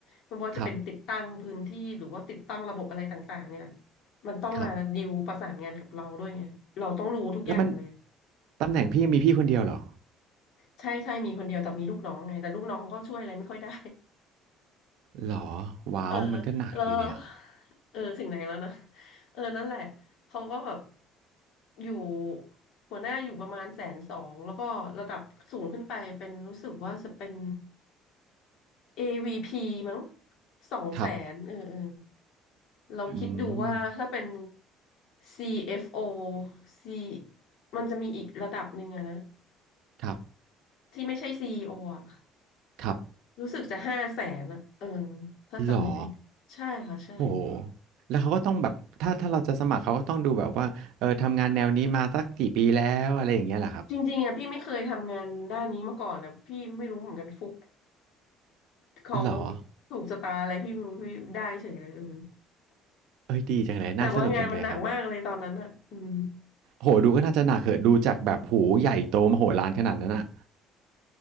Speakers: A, on the left (about 60°); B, on the right (about 75°).
A: ไม่ว่าจะเป็นติดตั้งพื้นที่หรือว่าติดตั้งระบบอะไรต่างๆเนี่ย
B: ครับ
A: มันต้องมาดิวประสานงานกับเราด้วยไงเราต้องรู้ทุกอย่างเลย
B: ครับแล้วมันตำแหน่งพี่มีพี่คนเดียวเหรอ
A: ใช่ใช่มีคนเดียวแต่มีลูกน้องไงแต่ลูกน้องก็ช่วยอะไรไม่ค่อยได้
B: หรอว้าวมันก็หนักทีเนี่ย
A: <laughs> เออแล้วแล้วเออถึงไหนแล้วนะเออนั่นแหละเขาก็แบบอยู่หัวหน้าอยู่ประมาณแสนสองแล้วก็ระดับสูงขึ้นไปเป็นรู้สึกว่าจะเป็น AVP มั้งสองแสนเออเออ
B: ครับ
A: เราคิดดูว่าถ้าเป็น
B: อืม
A: CFO C มันจะมีอีกระดับหนึ่งอะนะ
B: ครับ
A: ที่ไม่ใช่ CEO อโออะ
B: ครับ
A: รู้สึกจะห้าแสนอะเออถ้าจำไม่ผิด
B: หรอ
A: ใช่ค่ะใช่
B: โอ้โห แล้วเขาก็ต้องแบบถ้าถ้าเราจะสมัครเขาก็ต้องดูแบบว่าเออทำงานแนวนี้มาสักกี่ปีแล้วอะไรอย่างเงี้ยเหรอครับ
A: จริงๆอะพี่ไม่เคยทำงานด้านนี้มาก่อนอะพี่ไม่รู้เหมือนกันฟุกเขา
B: หรอ
A: ถูกชะตาอะไรพี่ไม่รู้พี่ได้เฉยเลยเออ
B: เอ้ยดีจังเลยน่าสนุกจังเลยครับ
A: <laughs> แต่ว่างานมันหนักมากเลยตอนนั้นอะอืม
B: โหดูก็น่าจะหนักเหอะดูจากแบบหูใหญ่โตมโหฬารขนาดนั้นอ่ะ